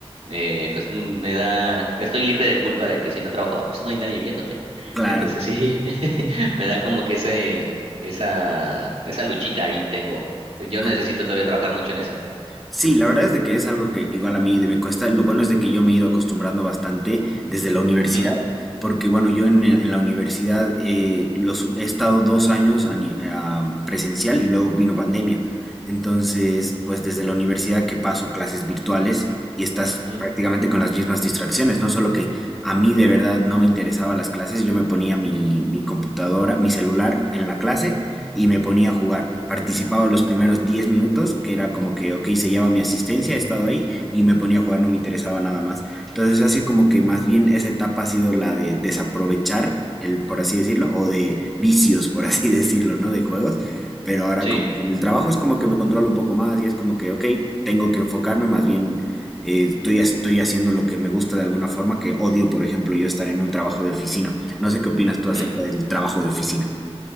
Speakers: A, on the right; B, in the centre.
A: eh, pues mm, me da, estoy libre de culpa de que si no trabajo, ah, pues no hay nadie viéndome.
B: claro,
A: Entonces sí, <laughs> me da como que ese, esa, esa luchita ahí tengo. Yo
B: claro.
A: necesito todavía trabajar mucho en eso.
B: Sí, la verdad es de que es algo que igual a mí de- me cuesta. Lo bueno es de que yo me he ido acostumbrando bastante desde la universidad,
A: Ujú,
B: porque bueno, yo en, en la universidad eh, los, he estado dos años a ni- a presencial y luego vino pandemia. Entonces, pues desde la universidad que paso clases virtuales y estás
A: ujú,
B: prácticamente con las mismas distracciones, no solo que a mí de verdad no me interesaban las clases, yo me ponía mi, mi computadora, mi celular en la clase y me ponía a jugar. Participaba los primeros 10 minutos, que era como que, ok, se lleva mi asistencia, he estado ahí y me ponía a jugar, no me interesaba nada más. Entonces, así como que más bien esa etapa ha sido la de desaprovechar, el, por así decirlo, o de vicios, por así <laughs> decirlo, ¿no? De juegos. Pero ahora
A: Sí.
B: como con el trabajo es como que me controlo un poco más y es como que, ok, tengo que enfocarme más bien. eh, estoy, ha- estoy haciendo lo que me gusta de alguna forma que odio, por ejemplo, yo estar en un trabajo de oficina. No sé qué opinas tú
A: ujú.
B: acerca del trabajo de oficina.